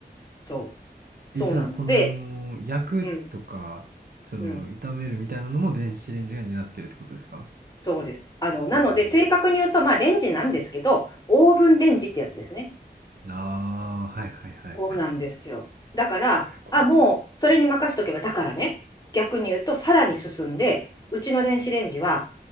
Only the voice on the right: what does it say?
え、じゃあ、その、焼くとか、
その、
炒めるみたいなのも電子レンジが担ってるってことですか
えー、
ああー、はいはいはいはい。
すごい。